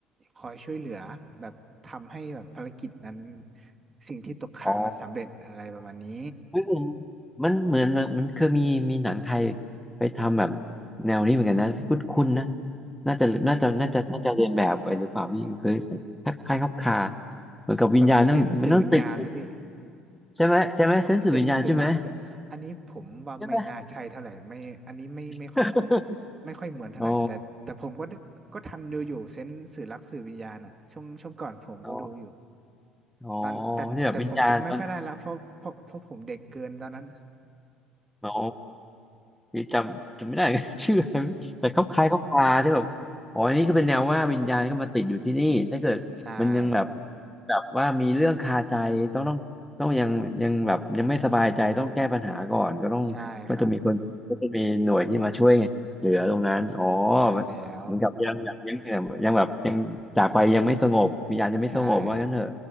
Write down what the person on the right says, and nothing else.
คอยช่วยเหลือแบบทำให้แบบภารกิจนั้นสิ่งที่ตกค้างนั้นสำเร็จอะไรประมาณนี้
อืม
แบบเซนส์สื่อวิญญาณเลยพี่
เซนส์สื่อรักคืออันนี้ผมว่าไม่น่าใช่เท่าไหร่ไม่อันนี้ไม่ไม่ค่อย
ไม่ค่อยเหมือนเท่าไหร่แต่แต่ผมก็ก็ทันดูอยู่เซนส์สื่อรักสื่อวิญญาณอะช่วงช่วงก่อนผมก็ดูอยู่
ตอนแต่แต่ผมจำไม่ค่อยได้ละเพราะเพราะเพราะผมเด็กเกินตอนนั้น
<laughs> ใช่
ใช่ครับ
ใช่แล้ว
ใช่